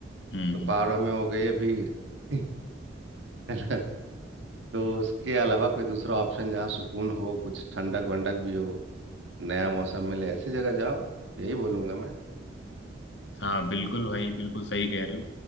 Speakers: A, on the left; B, on the right.
A: हम्म हम्म।
B: तो पहाड़ों में हो गई है भीड़ <laughs> है तो उसके अलावा कोई दूसरा ऑप्शन जहाँ सुकून हो कुछ ठंडक वंडक भी हो नया मौसम मिले ऐसी जगह जाओ यही बोलूंगा मैं
A: हाँ बिल्कुल भाई बिल्कुल सही कह रहे हो